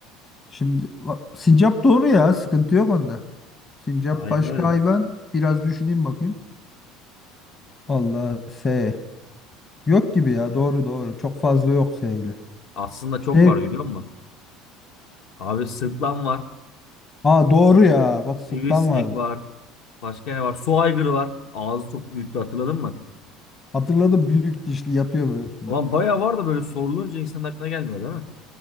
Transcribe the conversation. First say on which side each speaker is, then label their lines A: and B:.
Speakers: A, on the left; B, on the left.
A: Şimdi va- sincap doğru ya sıkıntı yok onda. Sincap
B: Aynen
A: başka
B: öyle.
A: hayvan. Biraz düşüneyim bakayım. Allah S. Yok gibi ya doğru doğru. Çok fazla yok S ile.
B: Aslında
A: Şey,
B: çok var biliyor musun? Abi sırtlan var.
A: aa doğru ya. Bak sırtlan
B: Sivrisinek
A: vardı.
B: var. Başka ne var? Su aygırı var. Ağzı çok büyüktü hatırladın mı?
A: Hatırladım büyük dişli yatıyor böyle suda.
B: Ulan bayağı var da böyle sorulunca insanın aklına gelmiyor değil mi?